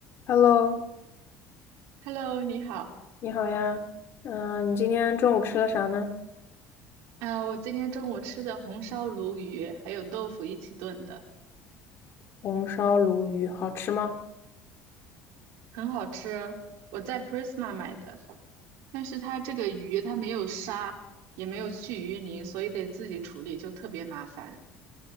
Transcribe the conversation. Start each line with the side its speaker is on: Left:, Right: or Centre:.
Left: Hello，
Right: Hello，你好
Left: 你好呀，嗯、你今天中午吃了啥呢？
Right: 啊！我今天中午吃的红烧鲈鱼还有豆腐一起炖的，
Left: 红烧鲈鱼好吃吗？
Right: 很好吃。我在 Prisma 买的，但是它这个鱼它没有杀，也没有去鱼鳞，所以得自己处理，就特别麻烦。